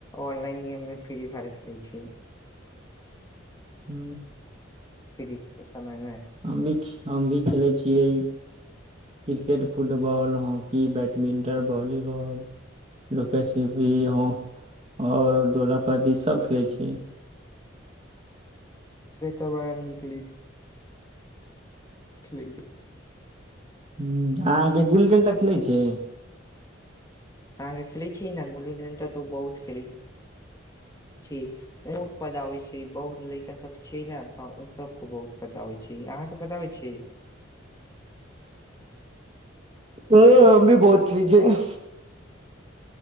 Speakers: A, on the left; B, on the right.
A: ऑनलाइन गेममे फ्री फायर खेलैत छियै
B: ह
A: फ्री समय मे
B: हम भी हम भी खेले छियै क्रिकेट फुटबॉल हॉकी बैडमिंटन वॉलीबॉली लुकाछुपी आओर दोलापती सब खेलै छियै
A: से तऽ बड़ा निकली ठीक
B: ह अहाँके गुल्ली डंटा खेलै छियै
A: अहाँके खेलैत छै ने गुल्ली डंडा तऽ ओ बहुत खेलैय छै बहुत मजा आबैत छै बहुत लड़का सभ छै ने तऽ ओ सभके बहुत मजा आबैत छै अहाँके मजा आबैत छै
B: ह हम भी बहुत खेलय छियै